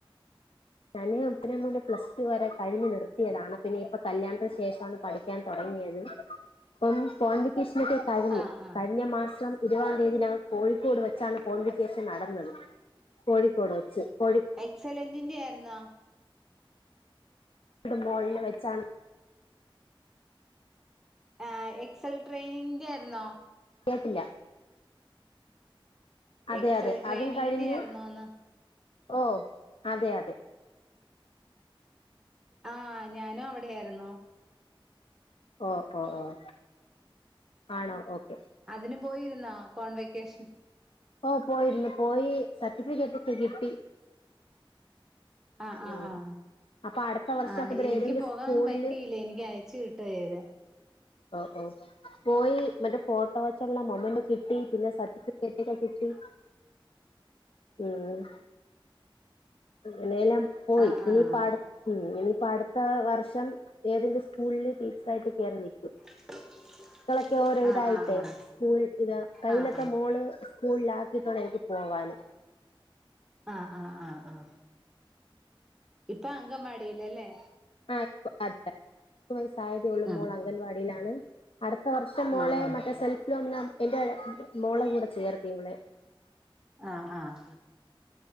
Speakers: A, on the left; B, in the centre.
A: ഞാനേ ഉത്തരം മൂല് പ്ലസ് ടു വരെ കഴിഞ്ഞ നിർത്തിയതാണ് പിന്നെ ഇപ്പ കല്യാണത്തിന് ശേഷണ് പഠിക്കാൻ തുടങ്ങിയത് ഇപ്പം ഫ <unintelligible> <unintelligible> ഷണിട്ട കഴിഞ്ഞു
B: ആഹ് ആഹ്
A: കഴിഞ്ഞ മാസം ഇരുവ തീയതി ഞങ്ങൾ കോഴിക്കോട് വെച്ചാണ് കോൺവിക്കേഷൻ നടന്നത് കോഴിക്കോട് വെച്ച് കോഴി
B: എക്സലൻസിന്റൻ്റെ ആയിരുന്നാ
A: ഒരു മോളിനെ വെച്ചാണ്
B: ആ എക്സൽ ട്രെയിനിങ്ങന്റെ ആയിന്നോ
A: കേട്ടില്ല അതെ
B: എക്സൽ
A: അതെ
B: ട്രെയിനിങ്ങിന്റെ
A: അതും കഴിഞ്ഞു
B: ആയിരുന്നോന്ന്
A: ഓഹ അതെ അതെ
B: ആഹ ഞാനും അവിടെയായിരുന്നോ
A: ഓഹ ഓഹ ഓഹ ആണോ ഓക്കെ
B: അതിന് പോയിരുന്നോ കോൺ വെക്കേഷൻ
A: ഓ പോയിരുന്നു പോയി സർട്ടിഫിക്കറ്റ് ഒക്കെ കിട്ടി
B: ആഹ ആഹ
A: ഉം
B: ആഹ്
A: അപ്പൊ അടുത്ത വർഷം
B: ആഹ
A: മുതൽ
B: എനിക്ക്
A: ഏതെങ്കിലും
B: പോകാൻ
A: സ്കൂളില്
B: പറ്റിയില്ലേ എനിക്ക് അയച്ചു കിട്ടത്
A: ഓഹ ഓഹ പോയി മറ്റേ ഫോട്ടോ വെച്ചുള്ള മമ്മു കിട്ടി പിന്നെ സർട്ടിഫിക്കറ്റ് ഒക്കെ കിട്ടി
B: <inaudible>
A: ഉം ഇനെല്ലാം പോയി
B: ആഹ് ആഹ്
A: ഇനി പാട ഉം ഇനിയിപ്പോ അടുത്ത വർഷം ഏതെങ്കിലും സ്കൂളില് ടീച്ചേർ ആയിട്ട് കയറി നിൽക്കും
B: <inaudible>
A: മക്കളൊക്കെ ഓരോ ഇതായിട്ടെ
B: ആഹ് ആഹ്
A: സ്കൂൾ ഇ കൈയിലത്ത
B: ആഹ് ആഹ്
A: മാോള് സ്കൂളിലാക്കിയിട്ടൊണ് എനിക്ക് പോവാന്
B: ആഹ ആഹ ആഹ് ആഹ ഇപ്പോൾ അങ്കവാടിയിൽ അല്ലേ
A: ആഹ ഇ <unintelligible> അതെ വയസ്സായതേ ഉള്ള
B: ആഹ്
A: മോൾ അംഗൻവാടിയിലാണ് അടുത്ത വർഷം മോളെോ
B: ആഹ് ആഹ്
A: മറ്റേ സെൽഫിലോ ഒന്ന് എൻറെ മോളെ കൂടെ ചേർക്കയുള്ളേ
B: ആഹ ആഹ